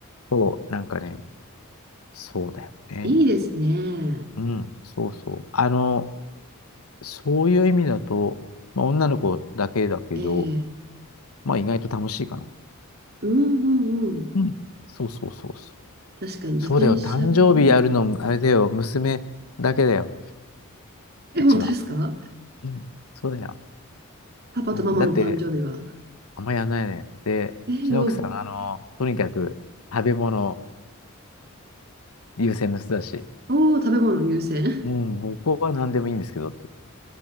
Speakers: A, on the left; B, on the right.
A: そう、なんかね、そうだよね。
B: <laughs> いいですね。
A: うん、そうそう。あの、そういう意味だと、まあ、女の子だけだけど、
B: ええ
A: まあ、意外と楽しいかな。
B: うんうんうん。
A: うん、そうそうそうそう。
B: 確かに自転車もね。
A: そうだよ。誕生日やるの、あれだよ。娘だけだよ。
B: え、
A: うちは。
B: 本当ですか
A: うん。そうだよ。
B: パパとママの誕生日は。
A: うん、だって、あんまやんないね。で、
B: えー、
A: うちの奥さんは、
B: よ。
A: あの、とにかく食べ物優先の人だし、
B: おお、食べ物優先。
A: うん僕は何でもいいんですけどって。